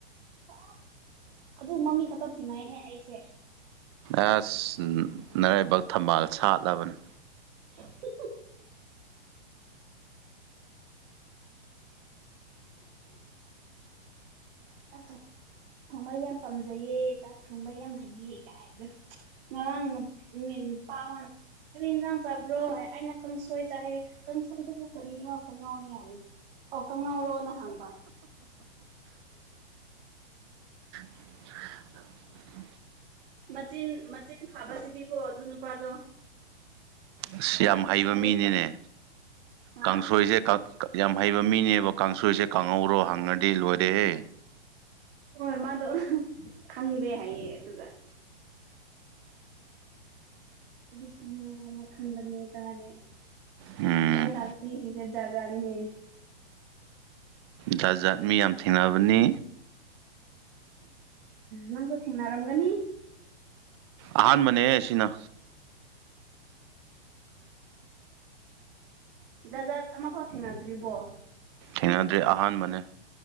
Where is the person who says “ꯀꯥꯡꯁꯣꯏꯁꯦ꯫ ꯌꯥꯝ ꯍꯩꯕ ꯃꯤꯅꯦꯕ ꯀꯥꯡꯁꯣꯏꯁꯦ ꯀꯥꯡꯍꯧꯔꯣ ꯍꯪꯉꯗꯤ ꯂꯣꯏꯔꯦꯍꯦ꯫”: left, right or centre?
Right